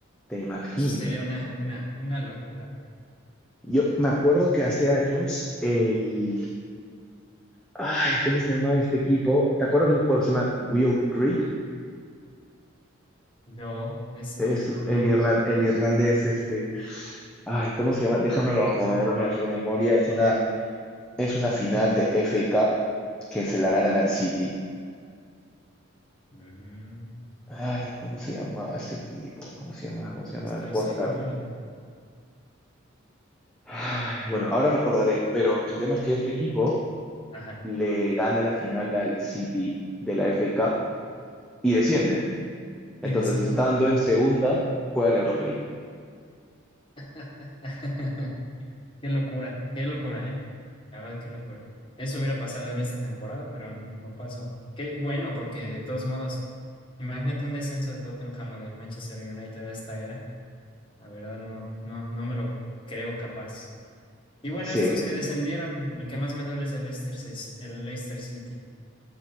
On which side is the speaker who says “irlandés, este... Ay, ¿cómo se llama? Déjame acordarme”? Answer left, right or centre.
Centre